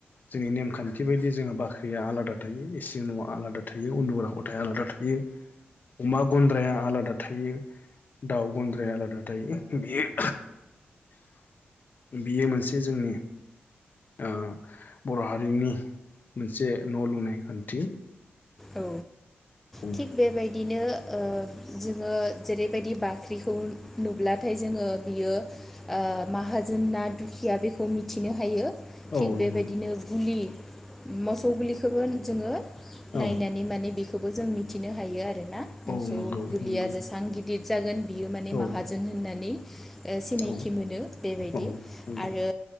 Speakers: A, on the left (about 45°); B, in the centre.
A: जोंनि नेमखान्थि बायदि जोङो बाख्रि या आलादा थायो, इसिं न'आ आलादा थायो, उन्दुग्रा खथाया आलादा थायो। अमा गन्द्राया आलादा थायो, दाउ गन्द्राया आलादा थायो। बेयो बियो मोनसे जोंनि ओ बर' हारिनि जे न' लुनाय खान्थि
B: औ,
A: औ
B: थिग बेबायदिनो ओ जोङो जेरैबायदि बाख्रिखौ नुब्लाथाय जोङो बियो ओ माहाजोन ना दुखिया बेखौ मिथिनो हायो।
A: औ
B: थिग
A: नंगौ
B: बेबायदिनो गुलि मोसौ गुलिखोबो जोङो नायनानै
A: औ
B: माने बेखौबो जों मिथिनो हायो आरोना।
A: औ
B: मोसौ
A: नंगौ
B: गुलिया
A: नंगौ
B: जेसां गिदिद जागोन बियो माने माहाजोन
A: औ
B: होननानै ओ सिनायथि
A: औ
B: मोनो बेबायदि
A: औ नंगौ
B: आरो